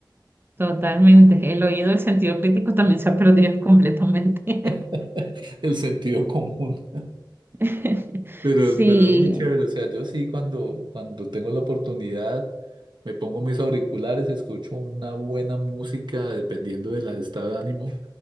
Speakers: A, on the right (about 25°); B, on the right (about 70°).
A: Totalmente. El oído, el sentido crítico también se ha perdido completamente.
B: <laughs> el sentido común.
A: <laughs>
B: Pero,
A: Sí,
B: pero es muy chévere, o sea, yo sí cuando, cuando tengo la oportunidad me pongo mis auriculares, escucho una buena música dependiendo del estado de ánimo.